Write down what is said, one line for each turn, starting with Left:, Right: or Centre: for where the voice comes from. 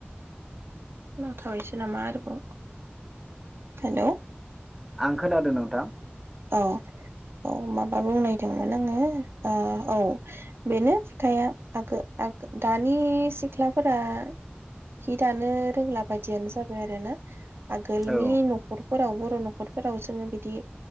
Right: नांथाबायसो नामा आरोबाव हेलौ
Centre: आं खोनादों नोंथां
Right: औ औ माबा बुंनायदोंमोन आङो ओ औ बेनो खोथाया आगो दानि सिख्लाफोरा हि दानो रोंला बायदियानो जाबाय आरो ना आगोलनि
Centre: औ
Right: न'खरफोरावबो बर' न'खरफोराव जोङो बिदि